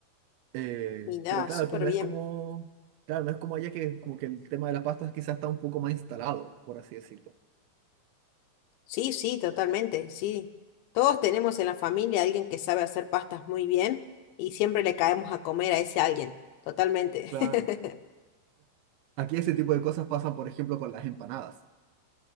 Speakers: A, on the right (about 80°); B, on the left (about 80°).
A: Eh,
B: Mirá,
A: pero claro,
B: súper
A: aquí no
B: bien.
A: es como, claro, no es como allá que como que el tema de las pastas quizás está un poco más instalado, por así decirlo.
B: Sí, sí, totalmente, sí. Todos tenemos en la familia a alguien que sabe hacer pastas muy bien y siempre le caemos a comer a ese alguien. Totalmente.
A: Claro.
B: <laughs>
A: Aquí ese tipo de cosas pasan, por ejemplo, con las empanadas.